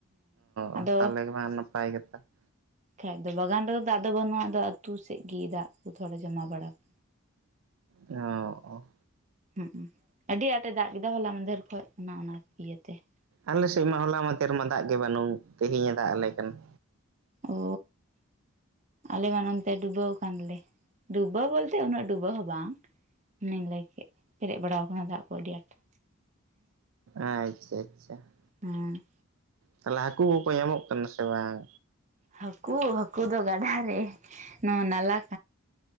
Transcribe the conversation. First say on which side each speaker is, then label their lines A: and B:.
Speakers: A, on the right; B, on the right.
A: ᱚ
B: ᱟᱫᱚ
A: ᱛᱟᱦᱚᱞᱮ ᱢᱟ ᱱᱟᱯᱟᱭ ᱜᱮ ᱛᱚ ᱾
B: ᱠᱷᱟᱡ ᱫᱚ ᱵᱟᱜᱟᱱ ᱨᱮ ᱫᱟᱜ ᱫᱚ ᱵᱟᱹᱱᱩᱜ-ᱟ ᱟᱫᱚ ᱟᱹᱛᱩ ᱥᱮᱫ ᱜᱤ ᱫᱟᱜ ᱠᱚ ᱛᱷᱚᱲᱟ ᱡᱚᱢᱟ ᱵᱟᱲᱟ ᱼᱼ
A: ᱚᱸᱻ
B: ᱦᱩᱸ ᱟᱹᱰᱤ ᱟᱸᱴᱮ ᱫᱟᱜ ᱠᱮᱫᱟ ᱦᱚᱞᱟ ᱢᱟᱫᱷᱮᱨ ᱠᱷᱚᱡ ᱚᱱᱟ ᱚᱱᱟ ᱤᱭᱟᱹᱛᱮ ᱾
A: ᱟᱞᱮ ᱥᱮᱫ ᱢᱟ ᱦᱚᱞᱟ ᱢᱟᱫᱷᱮᱨ ᱢᱟ ᱫᱟᱜ ᱜᱮ ᱵᱟᱹᱱᱩᱜ ᱛᱮᱦᱮᱧ ᱮ ᱫᱟᱜ ᱟᱞᱮ ᱠᱟᱱ ᱾
B: ᱳ ᱟᱞᱮ ᱢᱟ ᱱᱚᱱᱛᱮ ᱰᱩᱵᱟᱹᱣ ᱠᱟᱱᱞᱮ ᱰᱩᱵᱟᱹᱣ ᱵᱚᱞᱼᱼ ᱛᱮ ᱩᱱᱟᱹᱜ ᱰᱩᱵᱟᱹᱣ ᱦᱚᱸ ᱵᱟᱝ ᱾ ᱚᱱᱮᱧ ᱞᱟᱹᱭ ᱠᱮᱫ ᱯᱮᱨᱮᱡ ᱵᱟᱲᱟᱣ ᱠᱟᱱᱟ ᱫᱟᱜ ᱠᱚ ᱟᱹᱰᱤ ᱟᱸᱴ ᱾
A: ᱟᱪᱪᱷᱟ ᱟᱪᱪᱷᱟ ᱾
B: ᱦᱩᱸ ᱾
A: ᱛᱟᱦᱚᱞᱮ ᱦᱟᱠᱩ ᱠᱚᱠᱚ ᱧᱟᱢᱚᱜ ᱠᱟᱱᱟ ᱥᱮ ᱵᱟᱝ
B: ᱦᱟᱹᱠᱩ ᱦᱟᱹᱠᱩ ᱫᱚ ᱜᱟᱰᱟ ᱨᱮ ᱱᱚᱣᱟ ᱱᱟᱞᱟ